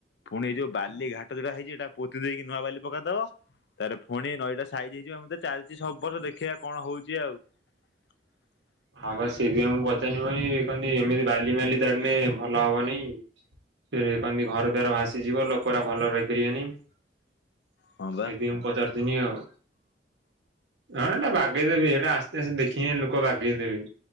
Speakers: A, on the left; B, on the right.
A: ଫୁଣି ଏଇ ଯୋଉ ବାଲି ଘାଟ ଯୋଉଟା ହେଇଚି ଏଇଟା ପୋତି ଦେଇକି ନୂଆ ବାଲି ପକେଇଦବ। ତାରେ ଫୁଣି ନଈଟା ସାଇଜ୍ ହେଇଯିବ ଏମତି ତ ଚାଲଚି ସବୁ ବର୍ଷ ଦେଖିଆ କଣ ହଉଚି ଆଉ। <inaudible>
B: ହଁ ବା ସେଇଥିପାଇଁ ମୁଁ ପଚାରି ‍ବୋନି କହନ୍ତି ଏମିତି ବାଲି ମାଲି ତାରିନେ ଭଲ ହବ ନେଇଁ। ଫେରେ କହନ୍ତି ଘର ଦ୍ୱାର ଭାସିଯିବ ଲୋକଟା ଭଲ ରହିପାରିବେ ନେଇଁ
A: ହଁ ବା
B: ଏଟି ଏମ୍ ପଚାରୁଥିନି ଆଉ ହଁ ଏଇଟା ବାଗେଇ ଦେବି ଏଇଟା ଆସ୍ତେ ଆସ୍ତେ ଦେଖିକି ଲୋକ ବାଗ ଗେଇ ଦେବି।